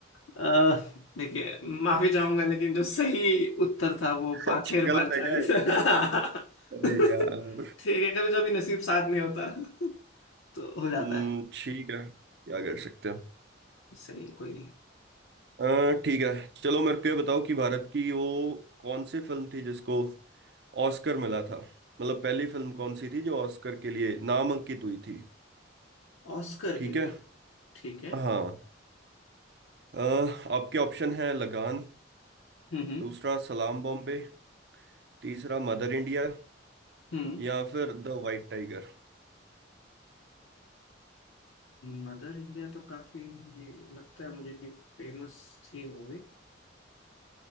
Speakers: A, on the left; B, on the right.
A: अह, देखिए माफी चाहूंगा लेकिन जो सही उत्तर था वो पाथेर
B: अच्छा गलत
A: पांचाली
B: है क्या ये?
A: था <laughs>
B: अरे
A: ठीक
B: यार
A: है कभी कभी नसीब साथ नहीं होता <laughs> तो हो जाता
B: हम्म,
A: है
B: ठीक है क्या कर सकते हैं
A: सही है कोई नहीं
B: अ, ठीक है चलो मेरे को ये बताओ कि भारत की वो कौन सी फिल्म थी जिसको ऑस्कर मिला था मतलब पहली फिल्म कौन सी थी जो ऑस्कर के लिए नामांकित हुई थी
A: ऑस्कर
B: ठीक
A: के लिए
B: है
A: ठीक है
B: हाँ अ, आपके ऑप्शन है लगान
A: हम्म
B: दूसरा सलाम बॉम्बे तीसरा मदर इंडिया
A: हम्म
B: या फिर the white tiger
A: मदर इंडिया तो काफी ये लगता है मुझे कि फेमस थी मूवी